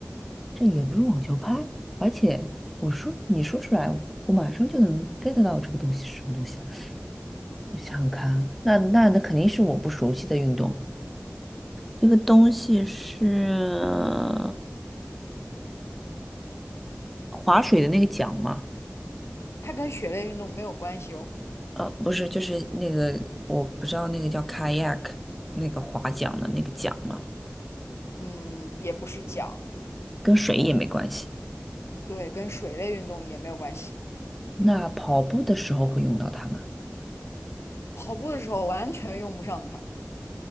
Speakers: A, in the centre; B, on the left.
A: 这也不是网球拍，而且我说你说出来，我马上就能 get 到这个东西是什么东西啊？我想想看啊，那那那肯定是我不熟悉的运动。这个东西是划水的那个桨吗？
B: 它跟雪类运动没有关系哦。
A: 呃，不是，就是那个我不知道那个叫 kayak 那个划桨的那个桨吗？
B: 嗯，也不是桨，
A: 跟水也没关系。
B: 对，跟水类运动也没有关系。
A: 那跑步的时候会用到它吗？
B: 跑步的时候完全用不上它，